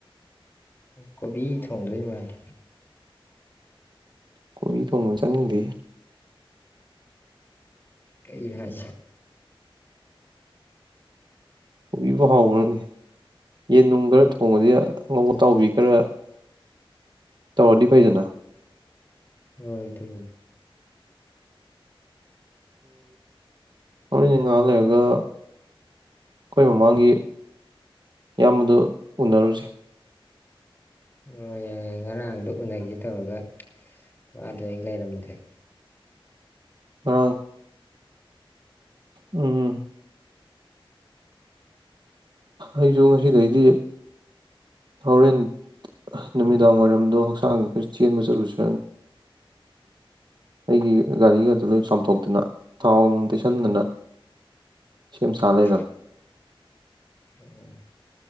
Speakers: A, on the left; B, on the right.
A: ꯀꯣꯕꯤ ꯊꯣꯡꯗ ꯃꯥꯅ
B: ꯀꯣꯕꯤ ꯊꯣꯡꯉꯣꯏ ꯆꯠꯅꯤꯡꯗꯦ
A: ꯀꯩ ꯍꯥꯏ
B: ꯀꯣꯕꯤꯕꯨꯥꯎ ꯍꯥꯎꯕ꯭ꯔꯅꯤ ꯌꯦꯟꯅꯨꯡ ꯈꯔ ꯊꯣꯡꯉꯗꯤ ꯑꯍꯣꯡ ꯑꯇꯥꯎꯕꯤ ꯈꯔ ꯇꯧꯔꯗꯤ ꯐꯩꯗꯅ
A: ꯍꯣꯏ ꯊ
B: ꯃꯔꯣꯏꯗꯤ ꯉꯥꯏꯍꯥꯛ ꯂꯩꯔꯒ ꯑꯩꯈꯣꯏ ꯃꯃꯥꯡꯒꯤ ꯏꯌꯥꯝꯕꯗꯣ ꯎꯅꯔꯨꯁꯦ
A: ꯍꯣꯏ ꯌꯥꯏ ꯌꯥ ꯉꯔꯥꯡꯗ ꯎꯅꯒꯦ ꯇꯧꯔꯒ ꯋꯥꯗꯣ ꯍꯦꯛ ꯂꯩꯔꯝꯗ꯭ꯔꯦ
B: ꯑ ꯎꯝ ꯑꯩꯁꯨ ꯉꯁꯤꯗꯩꯗꯤ ꯍꯣꯔꯦꯟ ꯅꯨꯃꯤꯗꯥꯡ ꯋꯥꯏꯔꯝꯗꯣ ꯍꯛꯆꯥꯡꯒꯤ ꯈꯔ ꯆꯦꯟꯕ ꯆꯠꯂꯨꯁꯤ ꯑꯩꯒꯤ ꯒꯥꯔꯤꯒꯗꯨ ꯂꯣꯏ ꯆꯥꯝꯊꯣꯛꯇꯅ ꯊꯥꯎ ꯅꯨꯡ ꯇꯩꯁꯟꯗꯅ ꯁꯦꯝ
A: ꯑꯣ
B: ꯁꯥ ꯂꯩꯔꯝ
A: ꯑꯣ